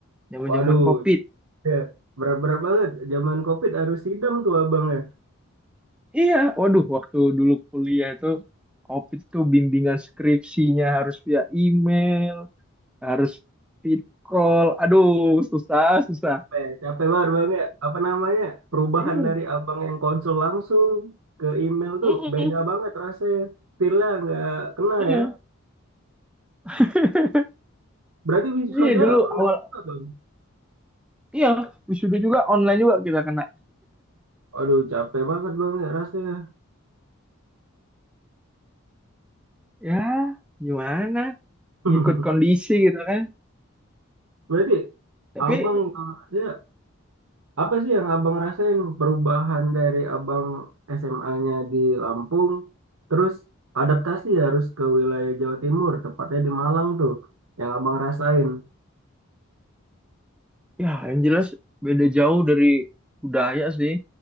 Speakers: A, in the centre; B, on the right.
A: Zaman-zaman
B: waduh
A: COVID.
B: ya berat-berat banget zaman COVID harus sidang tuh abang ya <laughs>
A: Iya, waduh waktu dulu kuliah itu COVID itu bimbingan skripsinya harus via email, harus fit call. Aduh, susah, susah.
B: capek capek banget bang ya apa namanya perubahan
A: Iya.
B: dari abang yang konsul langsung ke email tuh
A: Mm-mm.
B: beda banget rasanya feel-nya nggak kena
A: Iya.
B: ya
A: <laughs>
B: berarti wisuda
A: Iya dulu
B: online
A: awal
B: juga, bang
A: iya wisuda juga online juga kita kena.
B: Aduh, capek banget bang ya rasanya.
A: Ya, gimana?
B: <laughs>
A: Ngikut kondisi gitu kan.
B: Berarti
A: Tapi
B: abang, uh, ya apa sih yang abang rasain perubahan dari abang SMA-nya di Lampung, terus adaptasi harus ke wilayah Jawa Timur, tepatnya di Malang tuh, yang abang rasain
A: ya yang jelas beda jauh dari budaya sih.